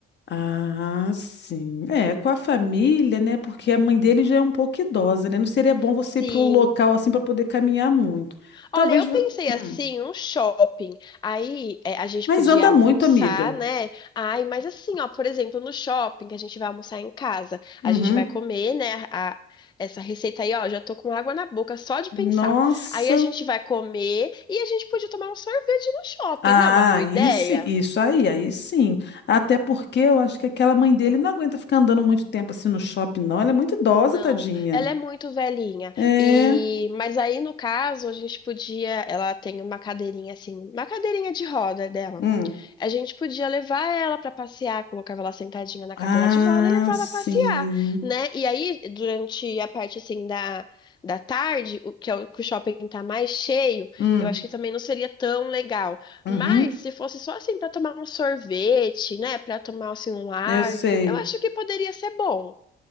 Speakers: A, on the left; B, on the left.
A: Ah, sim. É, com a família, né? Porque a mãe dele já é um pouco idosa, né? Não seria bom você
B: Sim,
A: ir para um local assim para poder caminhar muito. Talvez.
B: Olha, eu
A: vo-
B: pensei
A: Hum.
B: assim, um shopping. Aí é, a gente
A: Mas
B: podia
A: anda
B: almoçar,
A: muito, amiga.
B: né? Ai, mas assim, ó, por exemplo, no shopping que a gente vai almoçar em casa,
A: Uhum.
B: a gente vai comer, né? a- essa receita aí, ó, já tô com água na boca só de
A: Nossa
B: pensar. Aí a gente vai comer e a gente podia tomar um sorvete no shopping,
A: Ah,
B: né? Uma boa
A: aí
B: ideia?
A: sim, isso aí, aí sim. Até porque eu acho que aquela mãe dele não aguenta ficar andando muito tempo assim no shopping, não. Ela é muito idosa,
B: Não,
A: tadinha.
B: ela é muito velhinha.
A: É.
B: E mas aí no caso a gente podia, ela tem uma cadeirinha assim, uma cadeirinha de roda dela.
A: Hum.
B: A gente podia levar ela para passear, colocava ela sentadinha na
A: Ah,
B: cadeira de roda e levava
A: sim.
B: a passear, né? E aí, durante a parte assim da, da tarde, o que, é o que o shopping tá mais cheio,
A: Hum.
B: eu acho que também não seria tão legal.
A: Uhum.
B: Mas se fosse só assim para tomar um sorvete, né, para tomar assim um ar,
A: Eu sei.
B: eu acho que poderia ser bom.